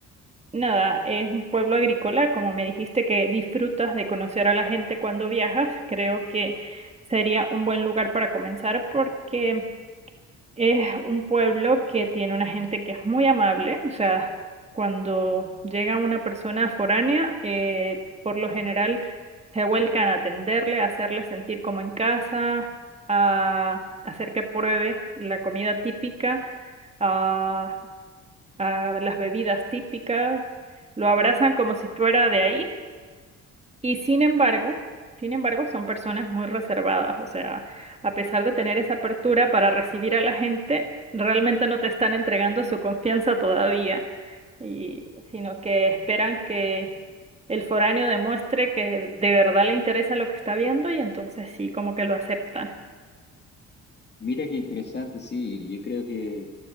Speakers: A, on the right (about 20°); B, on the left (about 35°).
A: Nada, es un pueblo agrícola, como me dijiste que disfrutas de conocer a la gente cuando viajas, creo que sería un buen lugar para comenzar porque es un pueblo que tiene una gente que es muy amable, o sea, cuando llega una persona foránea, eh, por lo general se vuelcan a atenderle, a hacerle sentir como en casa, a hacer que pruebe la comida típica, a a las bebidas típicas, lo abrazan como si fuera de ahí y sin embargo, sin embargo, son personas muy reservadas, o sea, a pesar de tener esa apertura para recibir a la gente, realmente no te están entregando su confianza todavía, y, sino que esperan que el foráneo demuestre que de verdad le interesa lo que está viendo y entonces sí, como que lo aceptan.
B: Mira qué interesante, sí, yo creo que